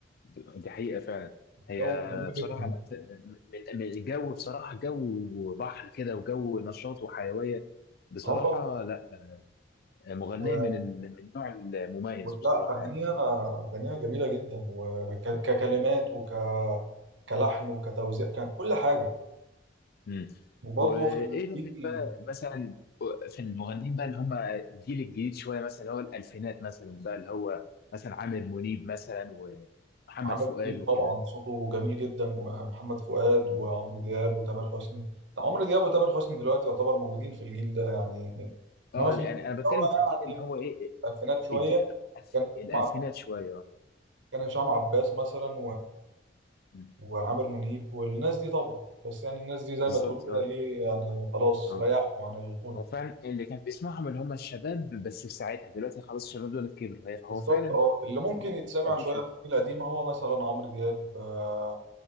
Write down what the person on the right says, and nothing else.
جو جميل
جدا
اه طب
و-
ولا
اغانيها
اغانيها جميله جدا وككلمات
وك كلحن وكتوزيع ككل حاجه
وبرضه
في الجيل
عمل
كليب
طبعا صوته جميل جدا ومحمد فؤاد
وعمرو دياب وتامر حسني عمرو دياب وتامر حسني دلوقتي يعتبر موجودين في الجيل ده يعني
انما في الجيل
اللي
هو
يعني
الالفينات شويه
كان
هشام عب-
كان هشام عباس مثلا
وعامر منيب والناس دي طبعا بس يعني الناس دي زي
ما تقول كده
ايه يعني خلاص
ريحوا عن الغنى
بالظبط
اه اللي ممكن
يتسمع
شويه
في القديمه هو مثلا عمرو دياب آه